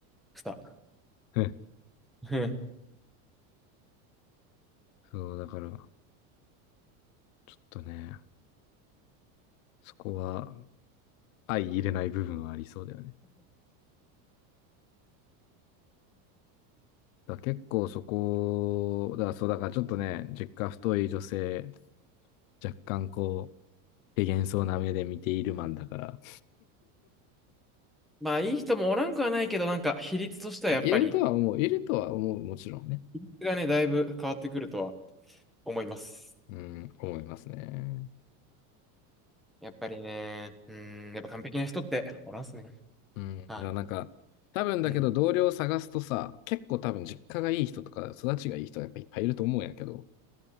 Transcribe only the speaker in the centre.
くた。
<laughs> うん
まあ、いい人もおらんくはないけど、なんか、比率としてはやっぱり、
比率がね、だいぶ変わってくるとは思います。
やっぱりね、うん、やっぱ完璧な人っておらんっすね。
あ、
うん。